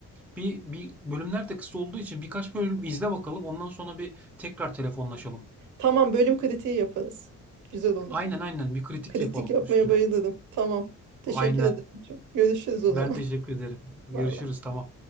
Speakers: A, in the centre; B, on the right.
A: Bir, bir bölümler de kısa olduğu için birkaç bölüm izle bakalım. Ondan sonra bir tekrar telefonlaşalım.
B: Tamam bölüm kritiği yaparız. Güzel olur.
A: Aynen aynen bir kritik
B: Kritik
A: yapalım
B: yapmaya
A: üstüne.
B: bayılırım. Tamam. Teşekkür
A: Aynen.
B: ederim. Çok. Görüşürüz o
A: Ben
B: zaman.
A: teşekkür ederim.
B: <laughs>
A: Görüşürüz.
B: Bay bay.
A: Tamam.